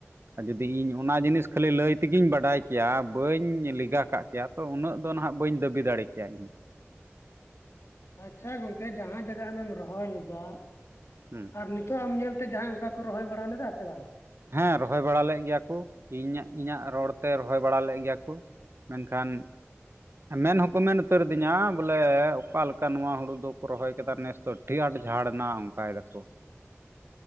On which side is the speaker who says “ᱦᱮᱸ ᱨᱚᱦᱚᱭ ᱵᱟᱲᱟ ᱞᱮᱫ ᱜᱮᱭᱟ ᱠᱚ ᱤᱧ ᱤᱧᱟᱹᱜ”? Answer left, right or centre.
Right